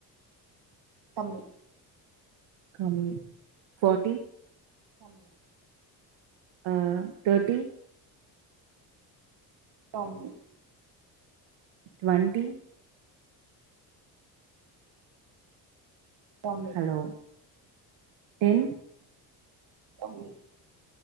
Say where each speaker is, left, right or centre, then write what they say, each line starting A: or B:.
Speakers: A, on the right; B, on the right.
A: கம்மி
B: கம்மி ஃபாட்டி
A: கம்மி
B: ஆஹ் தேர்ட்டி
A: கம்மி
B: டுவெண்ட்டி
A: தம்பி
B: ஹலோ டென்
A: கம்மி